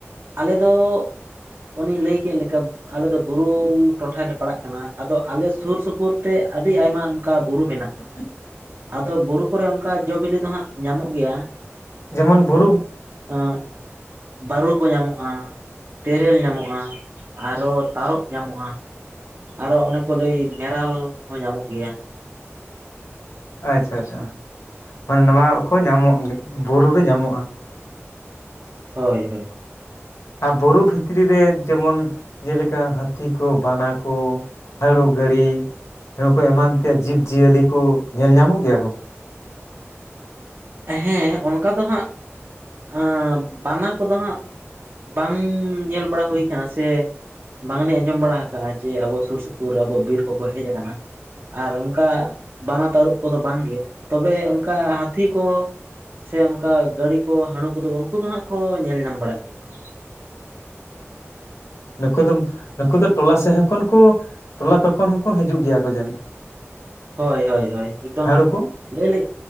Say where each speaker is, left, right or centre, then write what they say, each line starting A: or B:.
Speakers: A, on the right; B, on the left.
A: ᱟᱞᱮ ᱫᱚ, ᱚᱱᱮᱧ ᱞᱟᱹᱭ ᱠᱮᱜ ᱞᱮᱠᱟ, ᱟᱞᱮ ᱫᱚ ᱵᱩᱨᱩ ᱴᱚᱴᱷᱟ ᱞᱮ ᱯᱟᱲᱟᱜ ᱠᱟᱱᱟ ᱟᱫᱚ ᱟᱞᱮ ᱥᱩᱨ ᱥᱩᱯᱩᱨ ᱛᱮ ᱟᱹᱰᱤ ᱟᱭᱢᱟ ᱚᱱᱠᱟ ᱵᱩᱨᱩ ᱢᱮᱱᱟᱜᱼᱟ᱾
B: <inaudible>
A: ᱟᱫᱚ ᱵᱩᱨᱩ ᱠᱚᱨᱮ ᱚᱱᱠᱟ ᱡᱚ ᱵᱤᱞᱤ ᱫᱚ ᱦᱟᱸᱜ ᱧᱟᱢᱚᱜ ᱜᱮᱭᱟ᱾
B: ᱡᱮᱢᱚᱱ ᱵᱩᱨᱩ
A: ᱮᱸ ᱵᱟᱹᱨᱩ ᱠᱚ ᱧᱟᱢᱚᱜᱼᱟ, ᱛᱮᱨᱮᱞ ᱧᱟᱢᱚᱜᱼᱟ, ᱟᱨᱚ ᱛᱟᱨᱚᱵ ᱧᱟᱢᱚᱜᱼᱟ, ᱟᱨᱚ ᱚᱱᱮ ᱠᱚ ᱞᱟᱹᱭ ᱢᱮᱨᱟᱞ ᱦᱚᱸ ᱧᱟᱢᱚᱜ ᱜᱮᱭᱟ᱾
B: ᱟᱪᱪᱷᱟ ᱟᱪᱪᱷᱟ, ᱢᱟᱱᱮ ᱱᱚᱣᱟ ᱠᱚ ᱧᱟᱢᱚᱜ ᱵᱩᱨᱩ ᱨᱮ ᱧᱟᱢᱚᱜᱼᱟ᱾
A: ᱦᱳᱭ ᱦᱳᱭ᱾
B: ᱟᱨ ᱵᱩᱨᱩ ᱵᱷᱤᱛᱨᱤ ᱨᱮ ᱡᱮᱢᱚᱱ ᱡᱮᱞᱮᱠᱟ ᱦᱟᱹᱛᱤ ᱠᱚ ᱵᱟᱱᱟ ᱠᱚ ᱦᱟᱹᱲᱩ ᱜᱟᱹᱲᱤ, ᱡᱟᱹᱲᱤ ᱠᱚ ᱮᱢᱟᱱ ᱛᱮᱭᱟᱜ ᱡᱤᱵᱽᱡᱤᱭᱟᱹᱞᱤ ᱠᱚ ᱧᱮᱞ ᱧᱟᱢᱚᱜ ᱜᱮᱭᱟ ᱠᱚ?
A: ᱦᱮᱸ ᱚᱱᱠᱟ ᱫᱚ ᱦᱟᱸᱜ, ᱟ ᱸ ᱵᱟᱱᱟ ᱠᱚᱫᱚ ᱦᱟᱸᱜ ᱵᱟᱝ ᱧᱮᱞ ᱵᱟᱲᱟ ᱦᱩᱭ ᱠᱟᱱᱟ ᱥᱮ ᱵᱟᱝᱞᱤᱧ ᱟᱸᱡᱚᱢ ᱵᱟᱲᱟ ᱟᱠᱟᱜᱼᱟ ᱡᱮ ᱟᱵᱚ ᱥᱩᱨ ᱥᱩᱯᱩᱨ ᱟᱵᱚ ᱵᱤᱨ ᱠᱚᱠᱚ ᱦᱮᱡ ᱟᱠᱟᱱᱟ᱾ ᱟᱨ ᱚᱱᱠᱟ ᱵᱟᱱᱟ ᱛᱟᱹᱨᱩᱵ ᱠᱚᱫᱚ ᱵᱟᱝᱜᱮ, ᱛᱚᱵᱮ ᱚᱱᱠᱟ ᱦᱟᱹᱛᱤ ᱠᱚ, ᱥᱮ ᱚᱱᱠᱟ ᱜᱟᱹᱲᱤ ᱠᱚ ᱦᱟᱹᱬᱩ ᱠᱚᱫᱚ ᱩᱱᱠᱩ ᱫᱚ ᱦᱟᱸᱜ ᱠᱚ ᱧᱮᱞ ᱧᱟᱢ ᱵᱟᱲᱟᱜ ᱜᱮᱭᱟ ᱠᱚ᱾
B: ᱱᱩᱠᱩ ᱫᱚᱢ ᱱᱩᱠᱩ ᱫᱚ ᱴᱚᱞᱟ ᱥᱮᱜ ᱦᱚᱸ ᱠᱷᱚᱱ ᱠᱚ ᱴᱚᱞᱟ ᱛᱚᱠᱚᱱ ᱦᱚᱸᱠᱚ ᱦᱤᱡᱩᱜ ᱜᱮᱭᱟ ᱠᱚ ᱡᱟᱹᱱᱤᱡ᱾ <inaudible>
A: ᱦᱳᱭ ᱦᱳᱭ ᱦᱳᱭ ᱮᱠᱫᱚᱢ
B: ᱦᱟᱹᱲᱩ ᱠᱚ
A: ᱞᱟᱹᱭ ᱟᱹᱞᱤᱧ